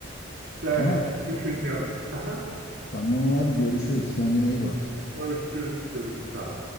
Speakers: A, on the right; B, on the left.
A: Evet,
B: Tamam.
A: düşüneceğim. Aha.
B: Tamam abi görüşürüz. Kendine iyi bak.
A: Görüşürüz, görüşürüz abi.